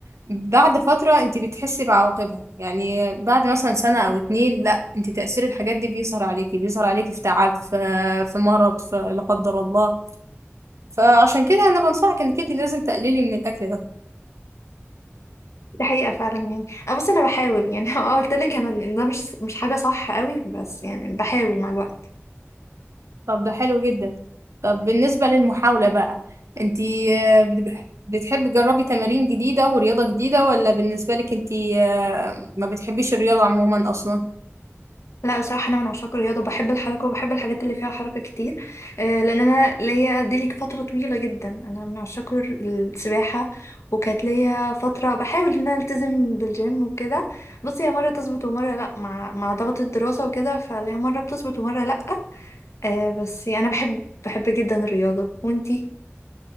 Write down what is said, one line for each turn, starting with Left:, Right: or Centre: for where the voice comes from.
Right: بعد فترة انت بتحسي بعواقبها يعني بعد مثلا سنة او اتنين لا انت تأثير الحاجات دي بيظهر عليكي بيظهر عليكي في تعب في في مرض في لا قدر الله فعشان كده انا بنصحك انك انت لازم تقللي من الاكل ده
Left: دي حقيقة فعلا يعني انا بصي انا بحاول يعني <laughs> اه قلت لك انا إن ده مش مش حاجة صح قوي بس يعني بحاول مع الوقت
Right: طب ده حلو جدا طب بالنسبة للمحاولة بقى انت آه، بت- بتحبي تجربي تمارين جديدة ورياضة جديدة ولا بالنسبة لك انت آه، ما بتحبيش الرياضة عموما اصلا
Left: لا بصراحة أنا من عشاق الرياضة وبحب الحركة وبحب الحاجات اللي فيها حركة كتير آه، لأن أنا ليا دي ليك فترة طويلة جدا أنا من عشاق ال- السباحة وكانت ليا فترة بحاول إن أنا ألتزم بالجيم وكده بصي هي مرة تظبط ومرة لأ مع مع ضغط الدراسة وكده فليا مرة بتظبط ومرة لأ آه، بس أنا بحب بحب جدا الرياضة وأنتي؟